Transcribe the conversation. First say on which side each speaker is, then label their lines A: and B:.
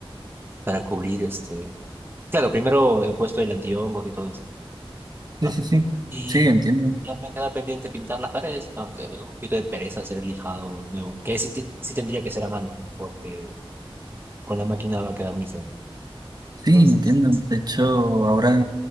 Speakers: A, on the right (about 25°); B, on the right (about 45°).
A: para cubrir este... Claro, primero he puesto el antihongos y todo eso, ¿no?
B: sí, sí, sí.
A: Y
B: Sí, entiendo.
A: ya me queda pendiente pintar las paredes, aunque me da un poquito de pereza hacer el lijado nuevo, que sí, te- sí tendría que ser a mano porque con la máquina va a quedar muy feo.
B: Sí,
A: Entonces,
B: entiendo. De hecho, ahora,